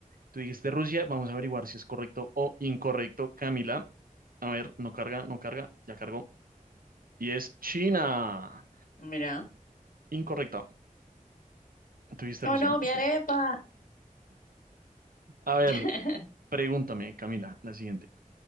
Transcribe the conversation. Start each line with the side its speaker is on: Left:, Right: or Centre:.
Right: Tú dijiste Rusia. Vamos a averiguar si es correcto o incorrecto, Camila. A ver, no carga, no carga. Ya cargó. Y es China.
Left: Mira.
Right: Incorrecto. Tú dijiste
Left: ¡Oh,
Right: Rusia,
Left: no,
Right: ¿no?
Left: mi
Right: Sí.
Left: arepa!
Right: A
Left: <laughs>
Right: ver, pregúntame, Camila, la siguiente.